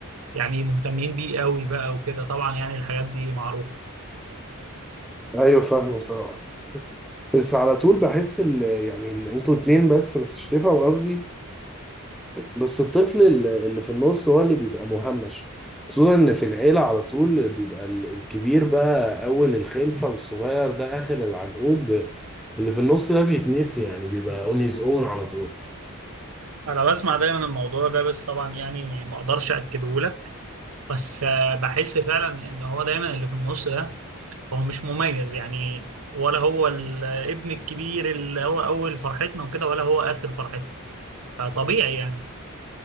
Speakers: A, on the right (about 75°); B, in the centre.
A: يعني مهتمين بيه قوي بقى وكده طبعا يعني الحاجات دي معروفة
B: أيوة فاهمة طبعا بس على طول بحس ال... يعني ال... أنتوا اتنين بس بس مش تفهم قصدي بس الطفل ال- اللي في النص هو اللي بيبقى مهمش خصوصا ان في العيلة على طول بيبقى ال- الكبير بقى اول الخلفة والصغير ده اخر العنقود اللي في النص ده بيتنسي يعني بيبقى اون هيز اون على طول
A: انا بسمع دايما الموضوع ده بس طبعا يعني ما اقدرش اكده لك بس آه، بحس فعلا ان هو دايما اللي في النص ده هو مش مميز يعني ولا هو الابن الكبير اللي هو اول فرحتنا وكده ولا هو اخر فرحتنا فطبيعي يعني